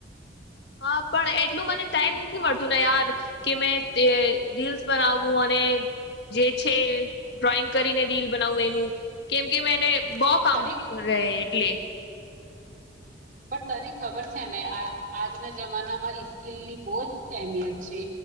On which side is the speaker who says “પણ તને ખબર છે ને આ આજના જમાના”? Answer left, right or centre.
Right